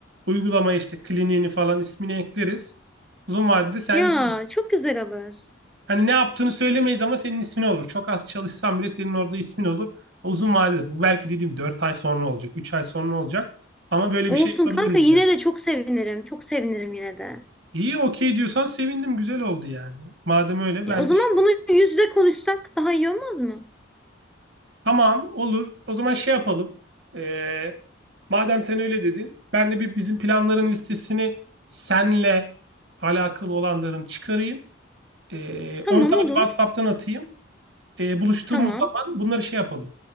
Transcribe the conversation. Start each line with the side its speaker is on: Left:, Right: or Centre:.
Right: uygulamaya işte kliniğini falan ismini ekleriz. Uzun vadede sen
Centre: Ya
Right: gelirsin.
Centre: çok güzel olur.
Right: hani ne yaptığını söylemeyiz ama senin ismin olur. Çok az çalışsan bile senin orada ismin olur. Uzun vadede bu belki dediğim 4 ay sonra olacak 3 ay sonra olacak. Ama böyle
Centre: Olsun
Right: bir şey yapabiliriz
Centre: kanka yine
Right: yani.
Centre: de çok sevinirim. Çok sevinirim yine de.
Right: İyi okey diyorsan sevindim güzel oldu yani. Madem öyle
Centre: E,
Right: ben
Centre: o zaman
Right: de
Centre: bunu yüz yüze konuşsak daha iyi olmaz mı?
Right: tamam olur. O zaman şey yapalım. Ee, madem sen öyle dedin ben de bir bizim planların listesini senle alakalı olanların çıkarayım. Ee,
Centre: Tamam
Right: onu sana
Centre: olur.
Right: bir WhatsApp'tan atayım. Ee, buluştuğumuz
Centre: Tamam.
Right: zaman bunları şey yapalım.